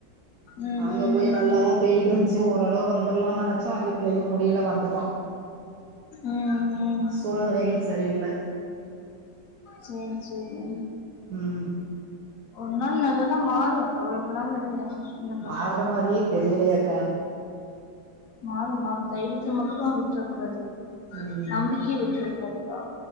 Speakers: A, on the left (about 55°); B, on the right (about 60°).
A: ம்
B: அங்க
A: ம்
B: போயி நல்லாதா பேயிட் இருந்துச்சு ஓரளவு வந்துர்லாம்னு நெனச்சோ அதுக்குல்லயு முடியல வந்துட்டோ
A: ம் ம் ம்
B: சூழ்நிலைகள் சரியில்ல
A: சேர் சேரிங்க
B: உம்
A: ஒருநாள் நல்லதா மாறு கவலப்படாம இருங்க என்னக்கா
B: மார்ற மாரியே தெரியலயேக்கா
A: மாறு மாறு தைரியத்த மட்டு விட்றக் கூடாது
B: ம்
A: நம்பிக்கைய விட்ர கூடாதுக்கா